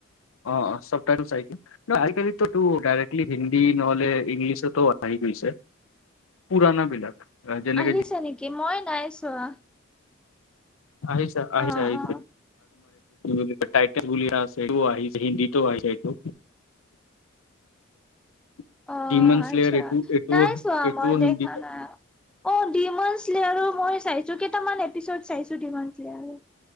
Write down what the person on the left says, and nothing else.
অ', অ', চাবটাইটল চাই <unintelligible> আজিকালিটো ডাইৰেকটলি হিন্দী নহ'লে ইংলিছতো আহি গৈছে, পুৰণা বিলাক। যেনেকে
আহিছে, আহিছে-আহিছে
<unintelligible> <unintelligible> হিন্দীতো আহিছে এইটো।
<unintelligible>
এইটো এইটো
এইটোও
হিন্দীত